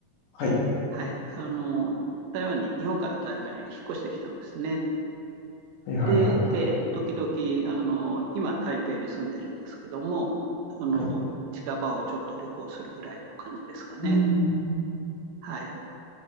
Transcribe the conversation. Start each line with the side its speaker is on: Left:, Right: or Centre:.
Left: はい。
Right: はい、あの、台湾に、日本から台湾へ引っ越してきたんですね。
Left: はいはいはいはい。
Right: で、ええ、時々、あの、今、台北に住んでるんですけども、あの、
Left: はい。
Right: 近場をちょっと旅行するぐらいの感じですかね。
Left: うん。
Right: はい。